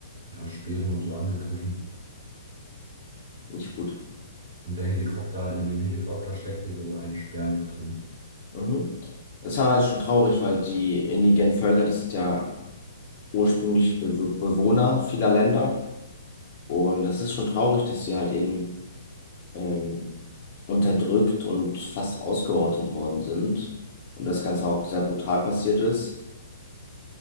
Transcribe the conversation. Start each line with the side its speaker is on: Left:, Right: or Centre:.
Right: ja, Speeren und so angegriffen.
Left: nicht gut.
Right: Und der Helikopter, in dem Helikopter steckte so ein Speer noch drin.
Left: Mhm. Das ist aber schon traurig, weil die indigenen Völker, das sind ja ursprüngliche Be Bewohner vieler Länder. Und das ist schon traurig, dass sie halt eben ähm, unterdrückt und fast ausgerottet worden sind. Und das Ganze auch sehr brutal passiert ist.